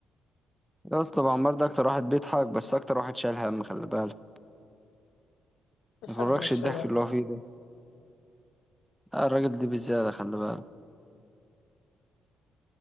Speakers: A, in the centre; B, on the left.
A: يا اسطى أبو عمار ده أكتر واحد بيضحك بس أكتر واحد شايل هم خلي بالك
B: مفيش
A: ما يغركش
B: حد من الشارع
A: الضحك اللي هو فيه ده لا الراجل ده بزيادة خلي بالك